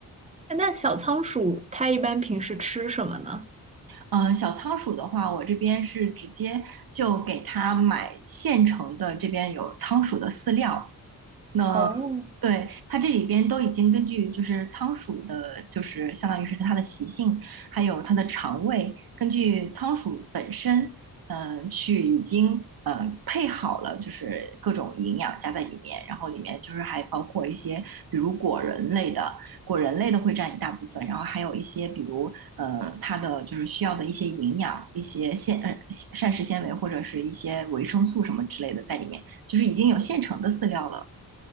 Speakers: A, on the right (about 20°); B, on the right (about 65°).
A: 哎那小仓鼠它一般平时吃什么呢？
B: 呃，小仓鼠的话，我这边是直接就给它买现成的，这边有仓鼠的饲料。那
A: 哦，
B: 对它这里边都已经根据就是仓鼠的，就是相当于是它的习性，还有它的肠胃，根据仓鼠本身，嗯、去已经嗯、呃配好了，就是各种营养加在里面，然后里面就是还包括一些比如果仁类的，果仁类的会占一大部分，然后还有一些比如呃它的就是需要的一些营养、一些纤呃膳食纤维或者是一些维生素什么之类的在里面，就是已经有现成的饲料了。